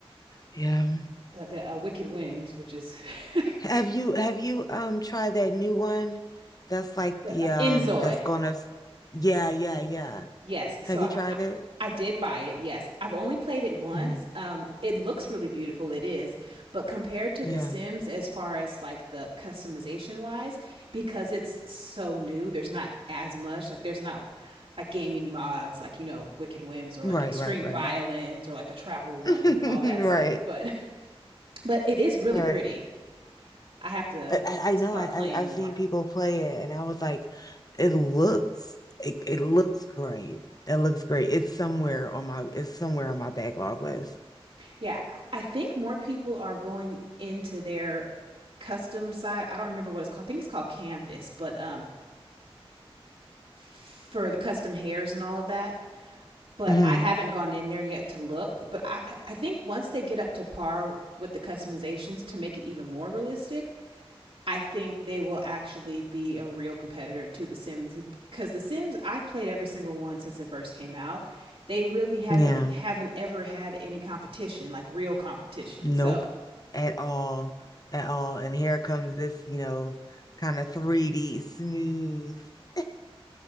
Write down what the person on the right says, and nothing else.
the, the uh, Wicked Whims, which is <laughs>
the
um,
Enzoi,
Yes. So
I,
I did buy it. Yes. I've only played it once.
Um, it looks really beautiful. It is. But compared to
The Sims, as far as like the customization wise, because it's so new, there's not as much. Like, there's not like gaming mods, like, you know, Wicked Whims or
like Extreme
Violence or like the Travel One,
you know, all that
stuff. But, <laughs> but it is really
pretty. I have to
start
playing
more.
Yeah, I think more people are going into their custom side. I don't remember what it's called. I think it's called Canvas, but um for the custom hairs and all of that. But
I haven't gone in there yet to look. But I I think once they get up to par with the customizations to make it even more realistic, I think they will actually be a real competitor to The Sims because The Sims I've played every single one since it first came out. They really haven't
haven't ever had any competition, like real competition.
So